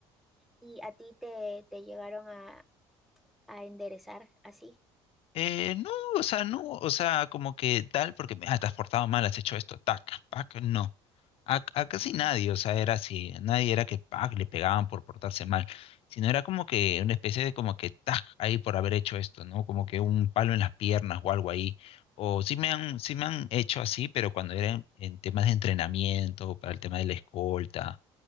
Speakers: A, in the centre; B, on the left.
A: ¿y a ti te, te llegaron a, a enderezar así?
B: Eh, no, o sea, no, o sea, como que tal, porque ah, te has portado mal, has hecho esto, tac, pac, no. A, a casi
A: Ujú.
B: nadie, o sea, era así, nadie era que pac, le pegaban por portarse mal, sino era como que una especie de como que tac, ahí por haber hecho esto, ¿no? Como que un palo en las piernas o algo ahí. O sí me han, sí me han hecho así, pero cuando era en, en temas de entrenamiento, para el tema de la escolta